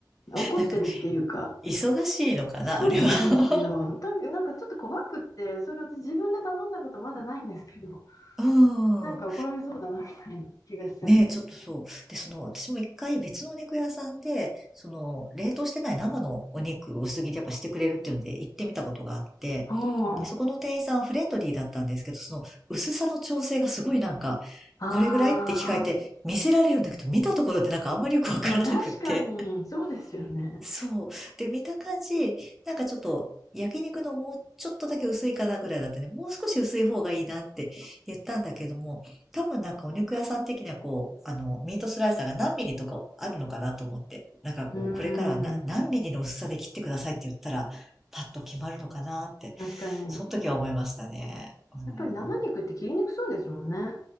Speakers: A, on the left (about 50°); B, in the centre.
A: 怒ってるっていうか、
B: なんか、忙しいのかな、
A: そうなんですよ。
B: あれは。
A: とにかくなんかちょっと怖くって、それ私自分で頼んだことまだないんですけど、<laughs>
B: <laughs> うん。
A: なんか怒られそうだなみたいな気がしちゃって。
B: ねえ、ちょっとそう。で、その、私も一回別のお肉屋さんで、その、冷凍してない生のお肉を薄切りやっぱしてくれるっていうんで行ってみたことがあって、
A: う
B: で、
A: ん。
B: そこの店員さんはフレンドリーだったんですけど、その薄さの調整がすごいなんか、
A: ああ、
B: これぐらいって聞かれて見せられるんだけど、見たところでなんかあんまりよくわからなくって、
A: まあ確かに、そうですよね。
B: そう。で、見た感じ、なんかちょっと焼肉のもうちょっとだけ薄いかなぐらいだったね。もう少し薄い方がいいなって言ったんだけども、多分なんかお肉屋さん的にはこう、あの、ミートスライサーが何ミリとかあるのかなと思って、なんかこう、
A: うん、
B: これからはな何ミリの薄さで切ってくださいって言ったら、パッと決まるのかなって、
A: 確かに。
B: その時は思いましたね。う
A: やっぱり生肉って切りにくそうですもんね。